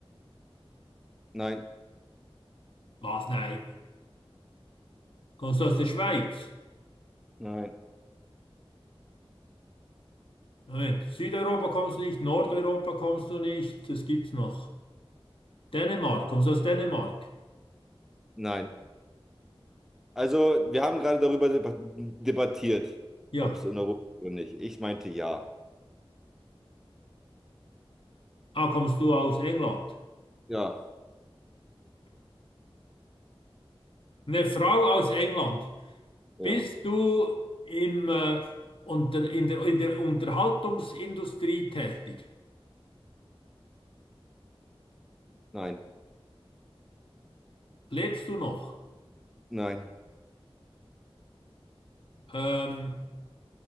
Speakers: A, in the centre; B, on the left (about 60°).
A: nein,
B: Was? Nein. Kommst du aus der Schweiz?
A: nein,
B: Moment. Südeuropa kommst du nicht, Nordeuropa kommst du nicht. Das gibt's noch. Dänemark, kommst du aus Dänemark?
A: nein. Also, wir haben gerade darüber deba- debattiert,
B: Ja.
A: ob es in Europa ist oder nicht. Ich meinte ja.
B: Ah, kommst du aus England?
A: Ja,
B: Eine Frau aus England.
A: ja,
B: Bist du im, äh, unter, in der, in der Unterhaltungsindustrie tätig?
A: nein,
B: Lebst du noch?
A: nein.
B: Ähm,